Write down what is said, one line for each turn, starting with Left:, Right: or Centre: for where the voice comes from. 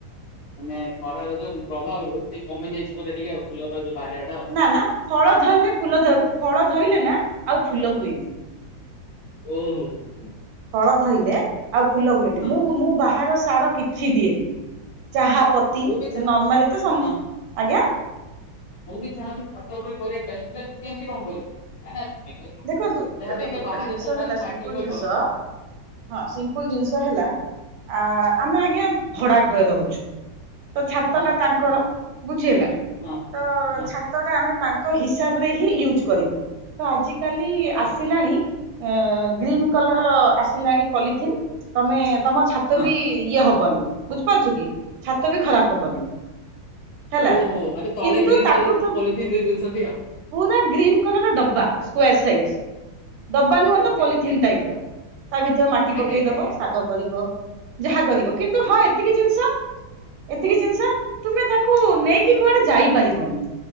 Left: ମାନେ ଖରାର ଯୋଉ ପ୍ରଭାବ ରୁ ସେ କମି ଯାଇଛି ବୋଧେ ଟିକେ ଆଉ ଫୁଲର ଯୋଉ ବାହାରିଆ
Right: ନା ନା ଫଳ ଧର ଫୁଲ ଫଳ ଧରଲେ ନା ଆଉ ଫୁଲ ହୁଏନି।
Left: ଓ ହୁଁ ହୁଁ।
Right: ଫଳ ଧଇଲେ ଆଉ ଫୁଲ ହୁଏନି
Left: ହଁ
Right: ମୁଁ ମୁଁ ବାହାର ସାର କି କିଛି ଦିଏନି ଚାହା ପତି
Left: ମୁଁ ବି ଚାହେଁ
Right: ନର୍ମାଲି ତ
Left: ହଁ
Right: ଆଜ୍ଞା
Left: ମୁଁ ବି ଚାହାଁଛି ଛାତ ଉପରେ କରିବା ପାଇଁ କେମିତି କଣ କରିବି? କାଇଁ ନା ଦେଖେ
Right: ଦେଖନ୍ତୁ
Left: ଯାହା
Right: ଦେଖନ୍ତୁ
Left: ଦେଖିବେ
Right: ଗୋଟେ
Left: ବାହାରେ
Right: ଜିନିଷ
Left: ସବୁ ମାନେ
Right: ହେଲା
Left: ମାଟି
Right: ସିମ୍ପଲ
Left: ଉପରେ
Right: ଜିନିଷ
Left: କରନ୍ତି
Right: ହଁ ସିମ୍ପଲ ଜିନିଷ ହେଲା। ଆ ଆମେ ଆଜ୍ଞା ଭଡା ଘରେ ରହୁଛୁ ତ ଛାତ
Left: ହଁ
Right: ଟା ତାଙ୍କର ବୁଝି ହେଲା
Left: ହଁ
Right: ତ
Left: ହଁ
Right: ଛାତଟା ଆମେ ତାଙ୍କ ହିସାବରେ ହିଁ ୟୁଜ କରିବୁ ତ ଆଜି ଆ କାଲି
Left: ଆଚ୍ଛା
Right: ଆସିଲାଣି ଗ୍ରୀନ୍ କଲର ଆସିଲାଣି ପଲିଥିନ୍ ତମେ ତମ ଛାତ
Left: ହଁ
Right: ବି ଇଏ ହବନି ବୁଝିପାରୁଛ କି ଛାତ ବି ଖରାପ ହବନି ହେଲା
Left: ଓହୋ ମାନେ ତଳେ
Right: କିନ୍ତୁ
Left: ଗ୍ରୀନ୍
Right: ତାକୁ
Left: କଲର
Right: ତ
Left: ପଲିଥିନ୍ ଦେଇ ଦଉଛନ୍ତି ଆଉ
Right: ପୁର ଗ୍ରୀନ କଲର ଡବା ସ୍କାର ସାଇଜ ଡବା ନୁହେଁ
Left: ଓକେ
Right: ତ ପଲିଥିନ
Left: ଓକେ
Right: ଟାଇପର। ତା ଭିତରେ ମାଟି
Left: ଆଜ୍ଞା
Right: ପକେଇ
Left: ଆଜ୍ଞା
Right: ଦବ
Left: ଆଜ୍ଞା
Right: ଶାଗ କରିବ ଯାହା କରିବ କିନ୍ତୁ ହଁ ଏତିକି ଜିନିଷ ଏତିକି ଜିନିଷ ତୁମେ ତାକୁ ନେଇକି କୁଆଡେ ଯାଇପାରିବନି